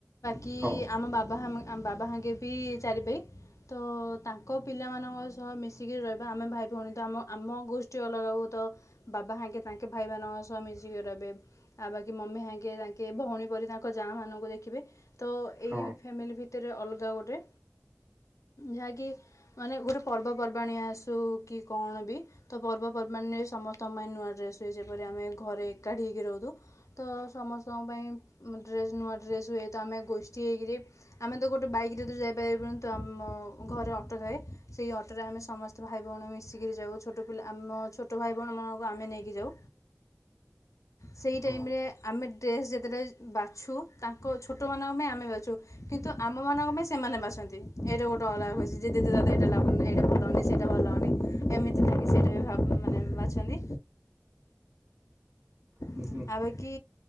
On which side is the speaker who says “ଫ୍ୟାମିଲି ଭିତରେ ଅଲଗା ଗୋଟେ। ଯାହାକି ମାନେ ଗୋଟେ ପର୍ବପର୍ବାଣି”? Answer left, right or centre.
Left